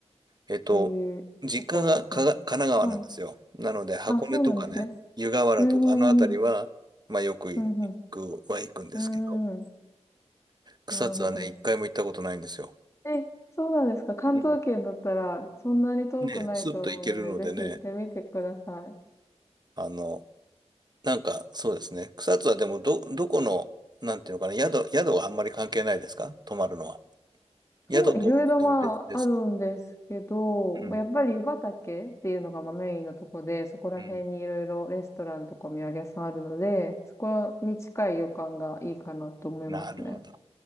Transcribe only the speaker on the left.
えー、
どこの温泉はい。
あ、そうなんですね。
うんうんうん。
うんうん。うんうん。
なるほど。
え、そうなんですか。関東圏だったら、
そんなに遠くないと思うので、
ぜひ行ってみてください。
そう、いろいろまあ、あるんですけど、
まあ、やっぱり湯畑っていうのがまあメインのとこで、そこら辺にいろいろレストランとかお土産屋さんあるので、
そこに近い旅館がいいかなと思いますね。